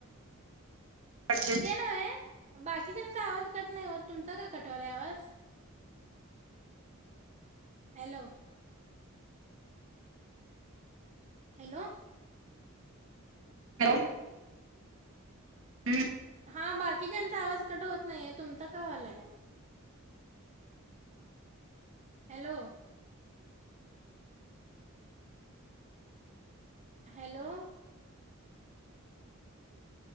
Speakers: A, on the right; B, on the right.
A: <unintelligible>
B: नये बाकीच्यांचा आवाज कट नाय होत तुमचा का कट व्हायलाय आवाज? हॅलो. हॅलो.
A: हॅलो. हम्म.
B: हा बाकीच्यांचा आवाज कट होत नाहीये तुमचा का व्हालाय? Hello. Hello